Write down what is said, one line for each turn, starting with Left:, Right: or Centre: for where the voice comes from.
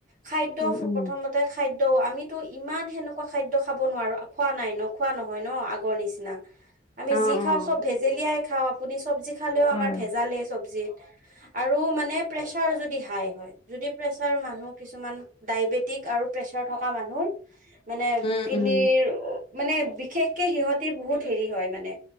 Right: খাদ্য
Left: উম, উম,
Right: প্ৰথমতে খাদ্য আমিতো ইমান সেনেকুৱা খাদ্য খাব নোৱাৰো খোৱা নাই নোখোৱা নহয় ন আগৰ নিচিনা আমি
Left: অ', অ',
Right: যি খাওঁ চব ভেজেলিয়াই খাও আপুনি চব্জি খালেও
Left: হয়।
Right: আমাৰ ভেজালেই চব্জিত আৰু মানে প্ৰেচাৰ যদি হাই হয় যদি প্ৰ মানুহ কিছুমান ডায়বেটিক আৰু প্ৰেচাৰ থকা মানুহৰ মানে
Left: উম,
Right: কিডনীৰ
Left: উম,
Right: মানে বিশেষকে সিহতি বহুত হেৰি হয় মানে